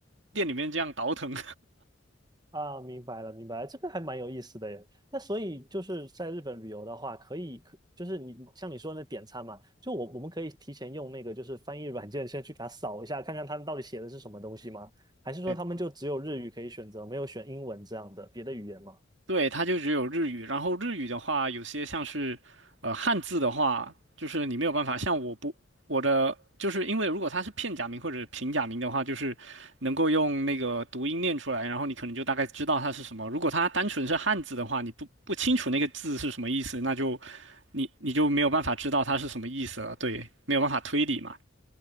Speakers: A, on the right; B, on the right.
A: 店里面这样倒腾。
B: 啊，明白了，明白了，这个还蛮有意思的耶。那所以就是在日本旅游的话，可以，可就是你像你说的那点餐嘛，就我我们可以提前用那个就是翻译软件先去给他扫一下，看看他们到底写的是什么东西吗？还是说他们就只有日语可以选择，
A: <laughs>
B: 没有选英文这样的别的语言吗？
A: 对，它就只有日语。然后日语的话，有些像是，呃，汉字的话，就是你没有办法。像我不，我的就是因为如果它是片假名或者平假名的话，就是能够用那个读音念出来，然后你可能就大概知道它是什么。如果它单纯是汉字的话，你不不清楚那个字是什么意思，那就你你就没有办法知道它是什么意思了。对，没有办法推理嘛。